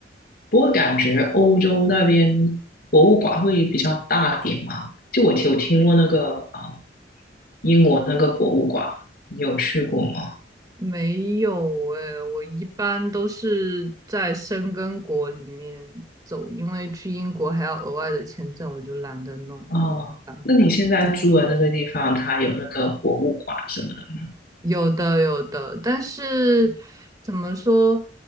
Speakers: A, on the left (about 55°); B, on the right (about 20°).
A: 不过感觉欧洲那边博物馆会比较大点嘛？就我有听过那个啊，英国那个博物馆，你有去过吗？
B: 没有诶，我一般都是在申根国里面走，因为去英国还要额外的签证，我就懒得弄，
A: 哦，
B: 好麻烦。
A: 那你现在住的那个地方，它有那个博物馆什么的吗？
B: 有的有的，但是怎么说？